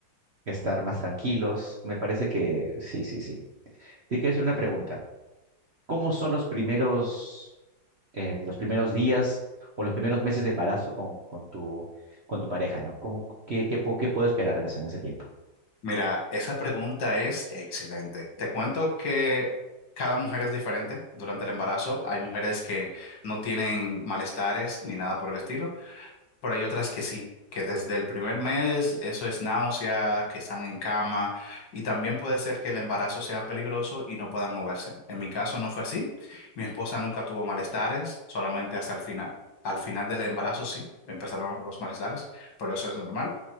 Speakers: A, on the right (about 45°); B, on the left (about 70°).
A: estar más tranquilos. Me parece que sí, sí, sí. Te quiero hacer una pregunta. ¿Cómo son los primeros, eh, los primeros días o los primeros meses de embarazo con, con tu, con tu pareja, ¿no? ¿Cómo, qué, qué, pu- qué puedo esperar en ese, en ese tiempo?
B: Mira, esa pregunta es excelente. Te cuento que cada mujer es diferente durante el embarazo. Hay mujeres que no tienen malestares ni nada por el estilo. pero hay otras que sí, que desde el primer mes eso es náusea, que están en cama y también puede ser que el embarazo sea peligroso y no puedan moverse. En mi caso no fue así. Mi esposa nunca tuvo malestares, solamente hasta el final. Al final del embarazo sí, empezaron los malestares, pero eso es normal.